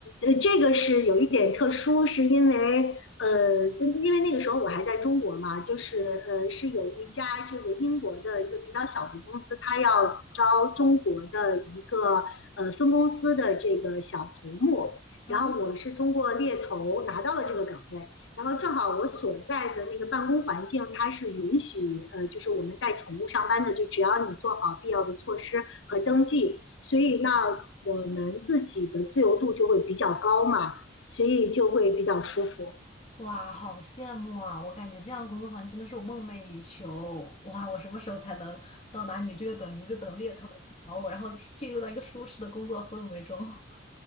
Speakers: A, on the left; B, on the left.
A: 呃，这个是有一点特殊，是因为呃，因为那个时候我还在中国嘛，就是呃，是有一家这个英国的一个比较小的公司，它要招中国的一个呃分公司的这个小头目，
B: 啊
A: 然后我是通过猎头拿到了这个岗位，然后正好我所在的那个办公环境，它是允许呃，就是我们带宠物上班的，就只要你做好必要的措施和登记，所以那我们自己的自由度就会比较高嘛，所以就会比较舒服。
B: 哇，好羡慕啊！我感觉这样的工作环境真的是我梦寐以求。哇，我什么时候才能到达你这个等级？就等猎头找我，然后进入到一个舒适的工作氛围中。<laughs>